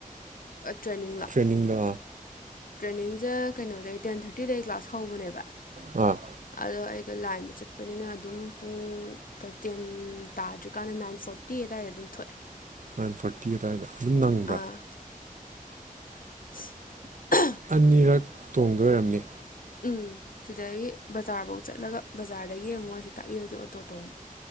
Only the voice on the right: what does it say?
ꯇ꯭ꯔꯦꯅꯤꯡꯗ
ꯎꯝ
ꯅꯥꯏꯟ ꯐꯥꯣꯔꯇꯤ ꯑꯗꯨꯋꯥꯏꯗ ꯑꯗꯨꯝ ꯅꯪꯕ꯭ꯔꯥ
ꯑꯅꯤꯔꯛ ꯇꯣꯡꯗꯣꯏꯔꯝꯅꯤ